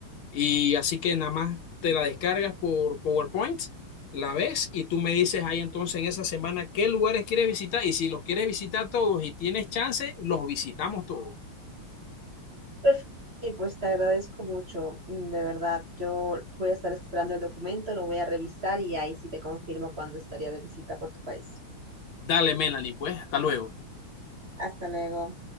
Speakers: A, on the left (about 70°); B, on the right (about 35°).
A: y así que nada más te la descargas por PowerPoint, la ves y tú me dices ahí entonces en esa semana qué lugares quieres visitar y si los quieres visitar todos y tienes chance, los visitamos todos.
B: Perfecto. Y pues te agradezco mucho, mm, de verdad. Yo voy a estar esperando el documento, lo voy a revisar y ahí sí te confirmo cuándo estaría de visita por tu país.
A: Dale, Melanie, pues, hasta luego.
B: Hasta luego.